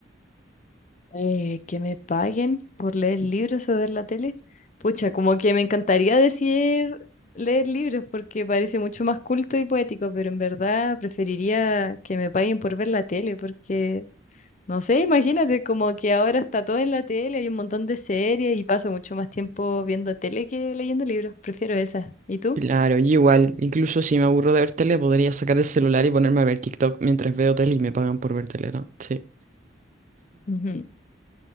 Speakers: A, on the left; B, on the right.
A: Eh, que me paguen por leer libros o ver la tele. Pucha, como que me encantaría decir leer libros porque parece mucho más culto y poético, pero en verdad preferiría que me paguen por ver la tele porque No sé, imagínate, como que ahora está todo en la tele, hay un montón de series y paso mucho más tiempo viendo tele que leyendo libros. Prefiero esas. ¿Y tú?
B: Claro, yo igual, incluso si me aburro de ver tele, podría sacar el celular y ponerme a ver TikTok mientras veo tele y me pagan por ver tele, ¿no? Sí.
A: Ujú,